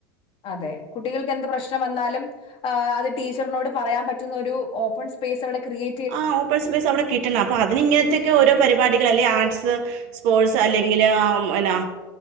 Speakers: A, on the left; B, on the right.
A: അതെ കുട്ടികൾക്ക് എന്ത് പ്രശ്നം വന്നാലും ആഹ് അത് ടീച്ചറിനോട് പറയാൻ പറ്റുന്ന ഒരു ഓപ്പൺ സ്പേസവിടെ ക്രിയേ
B: ആഹ് ഓപ്പൺ സ്പേസ് അവിടെ കിട്ടണം, അപ്പ അതിന് ഇങ്ങനത്തൊക്കെ ഓരോ പരിപാടികൾ അല്ലേ ആർട്സ്, സ്പോർട്സ് അല്ലെങ്കില് ആം എന്നാ